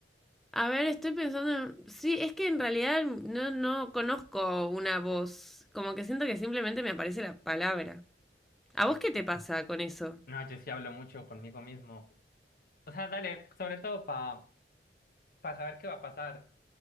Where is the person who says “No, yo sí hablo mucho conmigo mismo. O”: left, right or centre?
Left